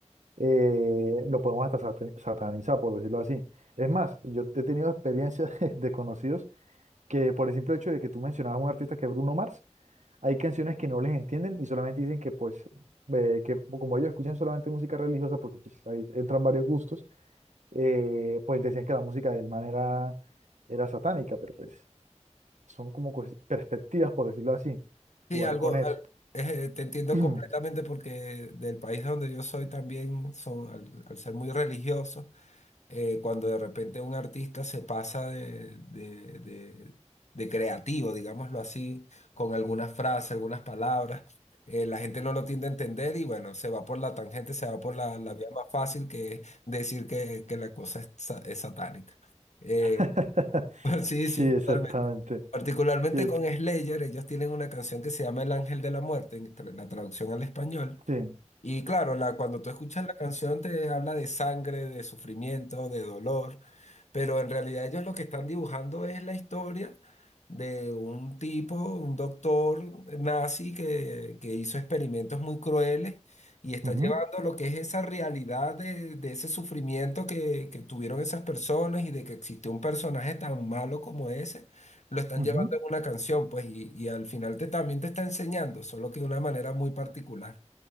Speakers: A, on the right; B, on the left.
A: eh, lo podemos hasta sat- satanizar, por decirlo así. Es más, yo he tenido experiencias <laughs> de conocidos que por el simple hecho de que tú mencionabas un artista que es Bruno Mars, hay canciones que no les entienden y solamente dicen que pues, eh, que como ellos escuchan solamente música religiosa, porque pues, ahí entran varios gustos, eh, pues decían que la música del man era, era satánica, pero pues son como cos- perspectivas, por decirlo así,
B: Sí,
A: jugar
B: algo,
A: con eso.
B: al- eh, te entiendo
A: <clears throat>
B: completamente porque del país donde yo soy también son, al al ser muy religiosos eh, cuando de repente un artista se pasa de, de- de- de creativo, digámoslo así, con algunas frases, algunas palabras, eh, la gente no lo tiende a entender y bueno, se va por la tangente, se va por la, la vía más fácil que es decir que, que la cosa es, sa- es satánica. Eh,
A: <laughs>
B: <laughs> sí,
A: Sí,
B: sí,
A: exactamente.
B: totalmente. Particularmente
A: Sí,
B: con Slayer, ellos tienen una canción que se llama El Ángel de la Muerte, en tra- la traducción al español.
A: sí.
B: Y claro, la, cuando tú escuchas la canción te habla de sangre, de sufrimiento, de dolor pero en realidad ellos lo que están dibujando es la historia de un tipo, un doctor nazi que, que hizo experimentos muy crueles y está
A: Ujú,
B: llevando lo que es esa realidad de, de ese sufrimiento que, que tuvieron esas personas y de que existe un personaje tan malo como ese, lo están
A: ujú.
B: llevando en una canción, pues, y, y al final te también te está enseñando, solo que de una manera muy particular.